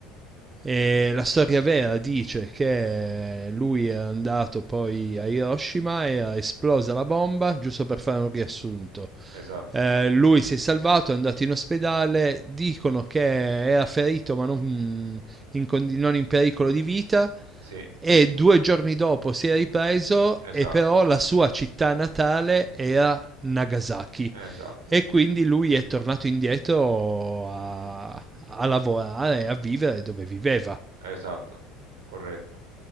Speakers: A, on the right; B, on the right.
A: E la storia vera dice che lui era andato poi a Hiroshima e era esplosa la bomba, giusto per fare un riassunto.
B: esatto.
A: Eh, lui si è salvato, è andato in ospedale, dicono che era ferito ma non in, condi- non in pericolo di vita
B: Sì,
A: e due giorni dopo si è ripreso
B: esatto,
A: e però la sua città natale era Nagasaki
B: esatto.
A: e quindi lui è tornato indietro a, a lavorare e a vivere dove viveva.
B: Esatto, corretto.